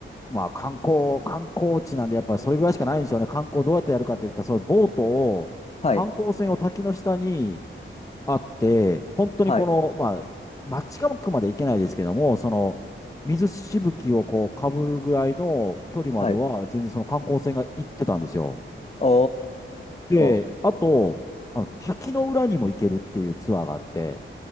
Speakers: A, on the left (about 15°); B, on the left (about 30°).
A: が、まあ、観光、観光地なんで、やっぱりそれぐらいしかないんでしょうね。観光どうやってやるかって言ったら、そのボートを、
B: はい、
A: 観光船を滝の下に、あって、本当にこの、
B: はい、
A: まあ、街近くまで行けないですけども、その、水しぶきをこう、かぶるぐらいの距離までは、
B: はい。
A: 全然その観光船が行ってたんですよ。
B: お
A: で、
B: ー、
A: あと、あの、滝の裏にも行けるっていうツアーがあって、